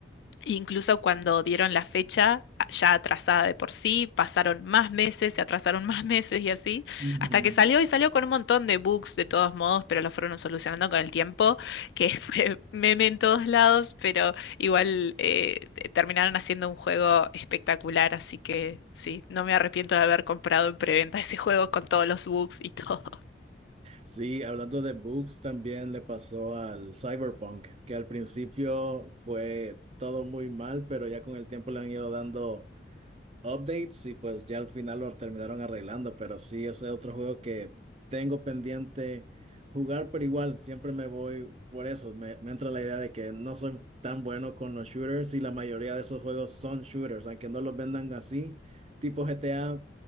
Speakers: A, on the left; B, on the right.
A: Incluso cuando dieron la fecha ya atrasada de por sí, pasaron más meses, se atrasaron <laughs> más meses y así,
B: ujú.
A: hasta que salió y salió con un montón de bugs de todos modos, pero lo fueron solucionando con el tiempo, que <laughs> fue meme en todos lados, pero igual eh, terminaron haciendo un juego espectacular, así que sí, no me arrepiento de haber comprado en preventa ese juego con todos los bugs y <laughs> todo.
B: Sí, hablando de bugs, también le pasó al Cyberpunk, que al principio fue todo muy mal, pero ya con el tiempo le han ido dando updates y pues ya al final lo terminaron arreglando, pero sí, ese es otro juego que tengo pendiente jugar, pero igual siempre me voy por eso, me, me entra la idea de que no soy tan bueno con los shooters y la mayoría de esos juegos son shooters, aunque no los vendan así, tipo GTA.